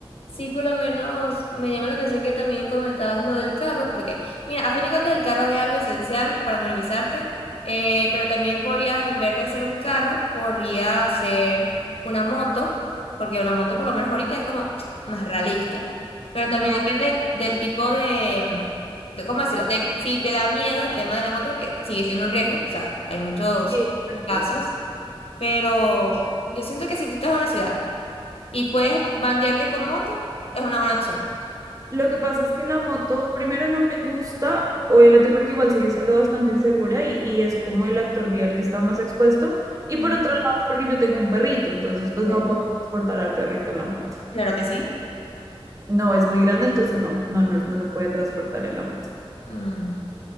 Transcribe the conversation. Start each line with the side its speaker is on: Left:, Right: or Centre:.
Left: sí por lo menos me llama la atención que también comentabas lo del carro, porque mira, a fin de cuentas el carro es algo esencial para movilizarte, eh, pero también podrías, en vez de ser un carro, podría ser una moto, porque una moto por lo menos ahorita es como <tsk> más realista, pero
Right: No,
Left: también depende del tipo de de cómo decirlo, de si te da miedo el tema de la moto, porque sigue siendo un riesgo, o sea, hay muchos
Right: sí, exacto.
Left: casos, pero yo siento que si tú estás en una ciudad y puedes bandearte con moto, es una buena opción.
Right: Lo que pasa es que la moto, primero no me gusta, obviamente porque igual sigue siendo bastante insegura y, y es como el actor vial que está más expuesto. Y
Left: Ujú,
Right: por otro lado, es porque yo tengo un perrito, entonces pues
Left: Ok,
Right: no puedo transportar al perrito en la moto.
Left: claro que sí.
Right: No, es muy grande, entonces no, no, no, no se puede transportar en la moto.
Left: Mm,